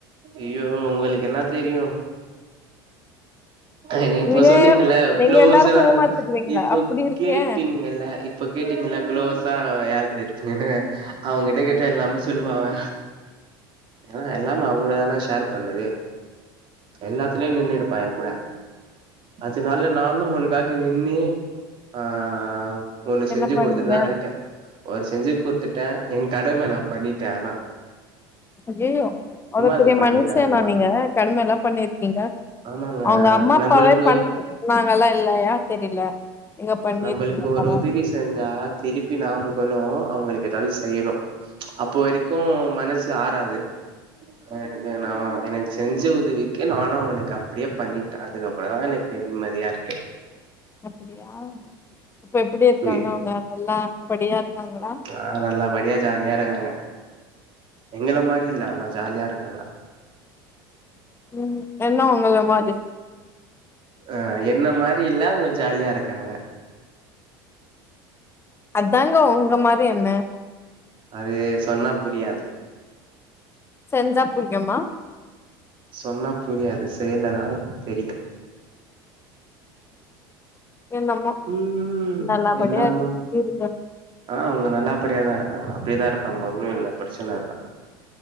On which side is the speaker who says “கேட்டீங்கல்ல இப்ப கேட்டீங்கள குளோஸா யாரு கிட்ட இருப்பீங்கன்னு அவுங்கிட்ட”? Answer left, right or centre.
Right